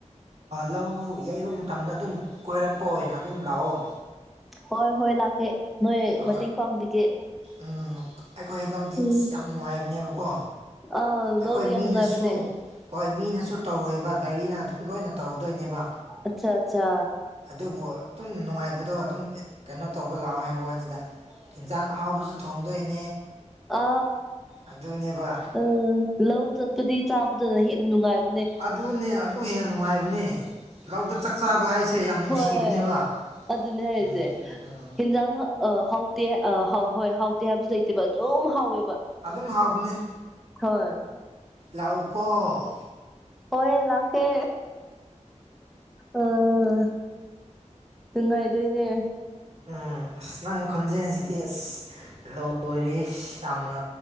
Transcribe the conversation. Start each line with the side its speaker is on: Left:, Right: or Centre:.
Right: ꯂꯧ ꯌꯩꯕ ꯃꯇꯝꯗ ꯑꯗꯨꯝ ꯀꯣꯏꯔꯛꯄ ꯑꯣꯏꯅ ꯑꯗꯨꯝ ꯂꯥꯛꯑꯣ
Centre: ꯍꯣꯏ ꯍꯣꯏ ꯂꯥꯛꯀꯦ ꯅꯣꯏ
Right: ꯑ
Centre: ꯃꯇꯦꯡ ꯄꯥꯡꯕꯤꯒꯦ
Right: ꯎꯝ ꯑꯩꯈꯣꯏ ꯂꯧꯗꯤ
Centre: ꯎꯝ
Right: ꯑꯁ ꯌꯥꯝ ꯅꯨꯡꯉꯥꯏꯕꯅꯦꯕꯀꯣ
Centre: ꯑꯥ
Right: ꯑꯩꯈꯣꯏ
Centre: ꯂꯧꯗꯤ ꯌꯥꯝ
Right: ꯃꯤꯅꯁꯨ
Centre: ꯅꯨꯡꯉꯥꯏꯕꯅꯦ
Right: ꯍꯣꯏ ꯃꯤꯅꯁꯨ ꯇꯧꯔꯣꯏꯕ ꯒꯥꯔꯤꯅ ꯑꯗꯨ ꯂꯣꯏꯅ ꯇꯧꯗꯣꯏꯅꯦꯕ
Centre: ꯑꯆꯥ ꯑꯆꯥ
Right: ꯑꯗꯨꯕꯨ ꯑꯗꯨꯝ ꯅꯨꯡꯉꯥꯏꯕꯗꯣ ꯑꯗꯨꯝ ꯀꯩꯅꯣ ꯇꯧꯕ ꯂꯥꯛꯑꯣ ꯍꯥꯏꯕ ꯌꯦꯟꯖꯥꯡ ꯑꯍꯥꯎꯕꯁꯨ ꯊꯣꯡꯗꯣꯏꯅꯤ
Centre: ꯑ
Right: ꯑꯗꯨꯅꯦꯕ
Centre: ꯑ ꯂꯧ ꯆꯠꯄꯗꯤ ꯆꯥꯕꯗ ꯑ
Right: ꯑꯗꯨꯅꯦ ꯑꯗꯨ ꯍꯦꯟꯅ ꯅꯨꯡꯉꯥꯏꯕꯅꯦ ꯂꯧꯗ ꯆꯥꯛ ꯆꯥꯕ ꯍꯥꯏꯁꯦ ꯌꯥꯝ ꯅꯨꯡꯁꯤꯕꯅꯦꯕ
Centre: ꯍꯣꯏ ꯑꯗꯨꯅꯦ ꯍꯥꯏꯔꯤꯁꯦ
Right: ꯎꯝ ꯎꯝ
Centre: ꯌꯦꯟꯖꯥꯡ ꯑ ꯍꯥꯎꯇꯦ ꯑ ꯍ ꯍꯣꯏ ꯍꯥꯎꯇꯦ ꯍꯥꯏꯕꯁꯨ ꯂꯩꯇꯦꯕ ꯑꯗꯨꯝ ꯍꯥꯎꯋꯦꯕ
Right: ꯕꯅ
Centre: ꯍꯣꯏ
Right: ꯂꯥꯎꯀꯣ
Centre: ꯍꯌꯦ ꯂꯥꯛꯀꯦ ꯑꯝ ꯏꯉꯥꯏꯗꯅꯦ
Right: ꯎꯝ ꯑꯁ ꯅꯪ ꯈꯣꯟꯖꯦꯜꯁꯤꯗꯤ ꯑꯁ ꯂꯣꯏꯔ ꯌꯥꯝꯅ